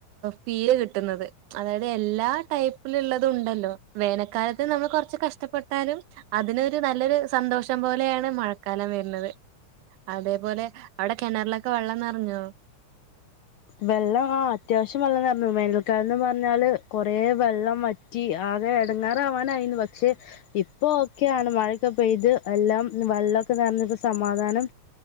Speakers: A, on the right; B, on the left.
A: ഫീല് കിട്ട്ന്നത്. അതായത് എല്ലാ ടൈപ്പില്ള്ളതുണ്ടല്ലോ വേനക്കാലത്ത് നമ്മള് കൊറച്ച് കഷ്ട്ടപ്പെട്ടാലും അതിനൊരു നല്ലൊരു സന്തോഷം പോലയാണ് മഴക്കാലം വരുന്നത്. അതേപോലെ അവിടെ കെണർലൊക്കെ വെള്ളം നറഞ്ഞോ?
B: വെള്ളം ആ അത്യാവിശ്യം വെള്ളം നെർഞ്ഞു വേനൽക്കാലംന്ന് പറഞ്ഞാല് കൊറേ വെള്ളം വ റ്റി ആകെ എടങ്ങാറാവാനായിന്നു പക്ഷെ ഇപ്പൊ ഒക്കയാണ് മഴൊക്കെ പെയ്ത് എല്ലാം വള്ളൊക്കെ നെറഞ്ഞപ്പോ സമാധാനം